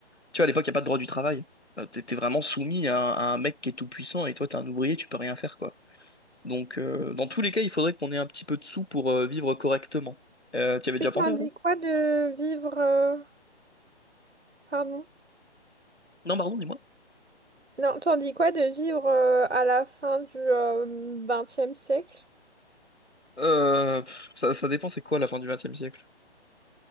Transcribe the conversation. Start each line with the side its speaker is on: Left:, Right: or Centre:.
Left: tu vois, à l'époque, il n'y a pas de droit du travail. Euh, t'es, t'es vraiment soumis à, un à un mec qui est tout puissant, et toi, t'es un ouvrier, tu peux rien faire, quoi. Donc, euh, dans tous les cas, il faudrait qu'on ait un petit peu de sous pour euh, vivre correctement. Euh, tu avais déjà
Right: Et t'en
Left: pensé à
Right: dis
Left: ça?
Right: quoi de vivre... euh, Pardon?
Left: Non, pardon, dis-moi.
Right: Non, t'en dis quoi de vivre euh, à la fin du XXe siècle?
Left: Euh, pff, ça, ça dépend, c'est quoi la fin du XXe siècle?